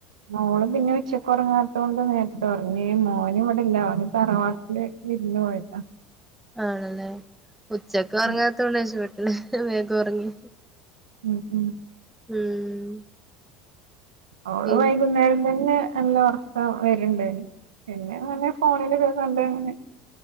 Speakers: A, on the right; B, in the centre.
A: മോള് പിന്നെ ഉച്ചക്ക് ഉറങ്ങാത്തോണ്ട് നേരത്തെ ഉറങ്ങി മോന് ഇവിടില്ല ഓന് തറവാട്ടില് വിരുന്ന് പോയ്ക്കുവാ
B: ആണല്ലേ ഉച്ചക്ക് ഉറങ്ങാത്തോണ്ടട്ടരശ-
A: ഉം
B: ഇല്ല വേഗം ഒറങ്ങി
A: ഉം ഉം
B: ഉം
A: ഓള്
B: പിന്നെ
A: വൈകുന്നേരം തന്നെ- നല്ല ഒർക്കം വരുണ്ടായിന് പിന്നെ പറഞ്ഞ ഫോണിലെക്കെ കണ്ട അങ്ങനെ-